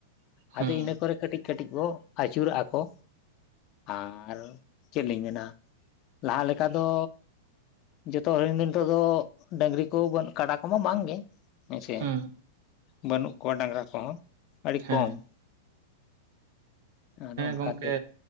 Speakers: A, on the left (about 40°); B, on the right (about 65°).
A: ᱟᱫᱚ
B: ᱦᱩᱸ
A: ᱤᱱᱟᱹ ᱠᱚᱨᱮ ᱠᱟᱹᱴᱤᱡ ᱠᱟᱹᱴᱤᱡ ᱠᱚ ᱟᱹᱪᱩᱨᱟᱜᱼᱟ ᱠᱚ ᱟᱨ ᱪᱮᱫ ᱞᱤᱧ ᱢᱮᱱᱟ ᱞᱟᱦᱟ ᱞᱮᱠᱟ ᱫᱚ ᱡᱚᱛᱚ ᱦᱚᱲ ᱨᱮᱱ ᱜᱮ ᱫᱚ ᱱᱤᱛᱚᱜ ᱫᱚ ᱰᱟᱝᱨᱤ ᱵᱟᱱ ᱠᱚ ᱠᱟᱰᱟ ᱠᱚᱢᱟ ᱵᱟᱝ ᱜᱮ ᱦᱮᱸᱥᱮ
B: ᱦᱩᱸ
A: ᱵᱟᱹᱱᱩᱜ ᱠᱚᱣᱟ ᱰᱟᱝᱨᱟ ᱠᱚᱦᱚᱸ ᱟᱹᱰᱤ
B: ᱦᱮᱸ
A: ᱠᱚᱢ ᱾ ᱟᱫᱚ ᱚᱱᱠᱟᱛᱮ
B: ᱜᱚᱝᱠᱮ